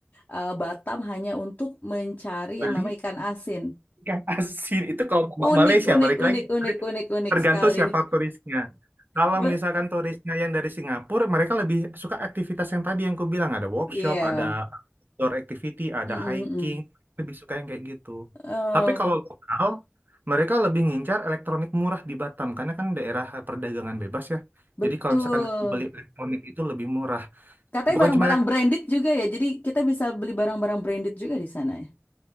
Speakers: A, on the left (about 40°); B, on the right (about 45°).
A: eh, Batam hanya untuk mencari
B: beli
A: yang namanya ikan asin.
B: Ikan asin itu kalau Ma-
A: Unik,
B: Malaysia
A: unik,
B: balik
A: unik,
B: lagi
A: unik, unik, unik
B: tergantung
A: sekali.
B: siapa turisnya. Kalau
A: <laughs> Be-
B: misalkan turisnya yang dari Singapura, mereka lebih suka aktivitas yang tadi yang ku bilang ada workshop,
A: Iya.
B: ada outdoor activity, ada
A: Mm, mm,
B: hiking,
A: mm.
B: lebih suka yang kayak gitu.
A: Em,
B: Tapi kalau lokal, mereka lebih ngincar elektronik murah di Batam karena kan daerah perdagangan bebas ya.
A: betul.
B: Jadi kalau misalkan beli elektronik itu lebih murah.
A: Katanya
B: Bukan
A: barang-barang
B: cuma elektronik.
A: branded juga ya. Jadi kita bisa beli barang-barang branded juga di sana ya.